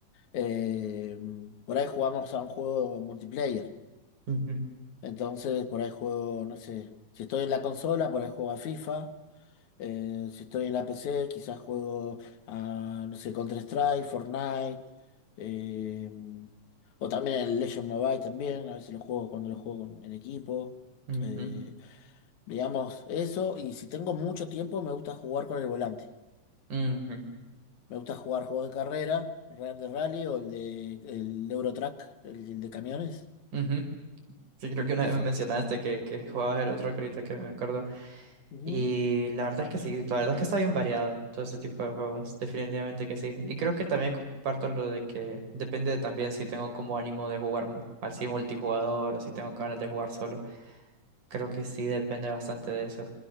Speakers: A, on the left; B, on the right.
A: Eh, por ahí jugamos a un juego multiplayer.
B: ujú,
A: Entonces, por ahí juego, no sé, si estoy en la consola, por ahí juego a FIFA. Eh, si estoy en la PC, quizás juego a, no sé, Counter-Strike, Fortnite. eh, o también el Legend Mobile también, a veces lo juego cuando lo juego con- en equipo.
B: ujú,
A: Eh, digamos, eso. Y si tengo mucho tiempo, me gusta jugar con el volante.
B: ujú.
A: Me gusta jugar juegos de carrera, el de rally o el de el Eurotrack, el, el de camiones.
B: Sí. Sí, creo que una
A: Esos.
B: vez me mencionaste que, que jugabas el otro ahorita que me acuerdo.
A: Ujú.
B: Y la verdad es que sí, la verdad es que está bien variado todo ese tipo de juegos, definitivamente que sí. Y creo que también comparto lo de que depende de también si tengo como ánimo de jugar mu- así multijugador o si tengo ganas de jugar solo. Creo que sí depende bastante de eso.